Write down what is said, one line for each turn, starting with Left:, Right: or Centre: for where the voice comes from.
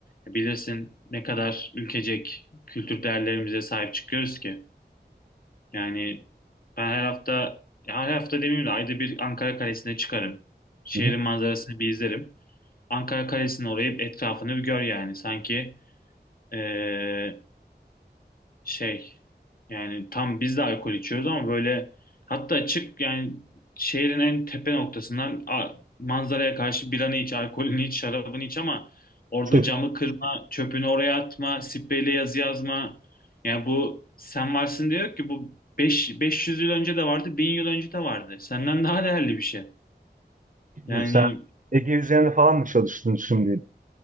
Left: bilirsin ne kadar ülkecek kültür değerlerimize sahip çıkıyoruz ki. Yani ben her hafta ya her hafta demeyeyim de ayda bir Ankara Kalesi'ne çıkarım. Şehrin
Right: Hı hı.
Left: manzarasını bir izlerim. Ankara Kalesi'nin orayı etrafını bir gör yani sanki ee, şey yani tam biz de alkol içiyoruz ama böyle hatta açık yani şehrin en tepe noktasından a- manzaraya karşı biranı iç, alkolünü iç, şarabını iç ama orada
Right: Çöp.
Left: camı kırma, çöpünü oraya atma, spreyle yazı yazma. Yani bu sen varsın diyor ki bu beş beş yüz yıl önce de vardı, 1000 yıl önce de vardı. Senden daha değerli bir şey. Yani
Right: Dur sen Ege üzerinde falan mı çalıştın şimdi?